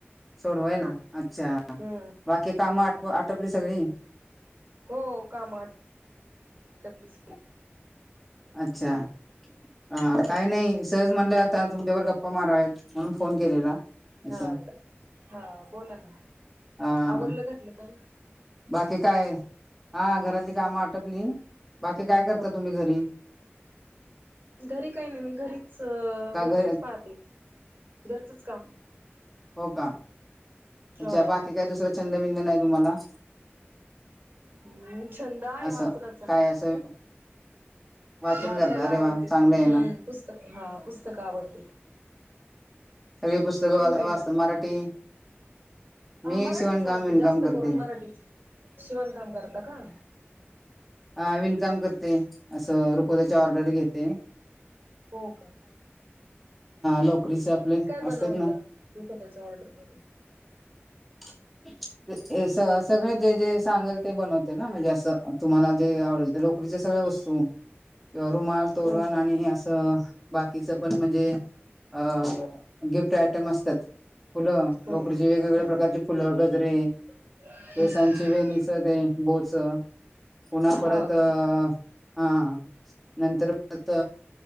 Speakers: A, in the centre; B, on the right.
A: सोडवायला अच्छा
B: हम्म
A: बाकी काम आट
B: हम्म
A: आटपली सगळी
B: हो कामा प्लीज
A: अच्छा हा काही नाही सहज म्हणलं आता तुमच्यावर गप्पा मारावेत म्हणून फोन केलेला असं
B: हाता हा बोला ना
A: हा
B: आवरवरलं घातलं काय
A: बाकी काय हा घरातली कामं आटपली बाकी काय करता
B: हो
A: तुम्ही घरी
B: घरी काही नाही मी घरीच
A: का
B: घरचच
A: घ
B: पाहते घरचच काम
A: हो का
B: हा
A: अच्छा बाकी काही दुसरा छंद बिंद नाही तुम्हाला
B: हम्म छंद आहे
A: असं
B: वाचनाचा
A: काय असं वाचन
B: वाचायला
A: करता अरे
B: आवडते.
A: वा चांगलं आहे
B: हम्म
A: ना
B: पुस्तक हा पुस्तक आवडते.
A: सगळी
B: हम्म,
A: पुस्तकं
B: तुम्ही
A: वा
B: काय
A: वाचता
B: करताय?
A: मराठी
B: हा
A: मी
B: मराठीच
A: शिवणकाम
B: वाचते.
A: विणकाम
B: जास्त
A: करते
B: करून मराठीच. शिवणकाम करता का?
A: हा विणकाम करते. असंरुकोद्याची ऑर्डर घेते.
B: हो का
A: लोकरीचे आपले
B: बनवता
A: असतात ना
B: रुपदाच्या ऑर्डर मध्ये
A: <unintelligible> स सगळं जे जे सांगल ते बनवते ना? म्हणजे असं तुम्हाला जे आवडेल ते लोकरीचे सगळे वस्तू किंवा रुमाल, तोरण
B: हो का
A: आणि असं बाकीचं पण म्हणजे अ गिफ्ट आयटम असतात. फुलं,
B: हो
A: लोकडीचे
B: हो हम्
A: वेगवेगळ्या प्रकारचे फुलं, गजरे
B: हम्
A: केसांची
B: हम्
A: वेणीचं ते बोच पुन्हा परत
B: हा
A: अ
B: का
A: हा नंतर <unintelligible>